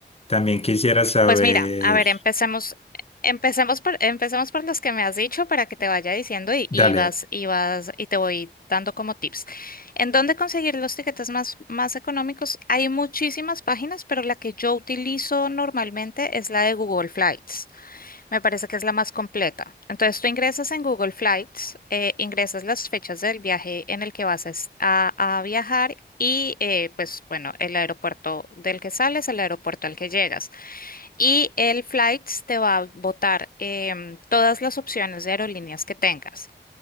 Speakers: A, on the left; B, on the left.
A: También quisiera saber,
B: Pues mira, a ver, empecemos, empecemos por, empecemos por los que me has dicho para que te vaya diciendo y,
A: dale.
B: y vas, y vas, y te voy dando como tips. ¿En dónde conseguir los tiquetes más, más económicos? Hay muchísimas páginas, pero la que yo utilizo normalmente es la de Google Flights. Me parece que es la más completa. Entonces tú ingresas en Google Flights, eh, ingresas las fechas del viaje en el que vas a, es- a- a viajar y eh, pues bueno, el aeropuerto del que sales, el aeropuerto al que llegas. Y el Flights te va a botar em, todas las opciones de aerolíneas que tengas.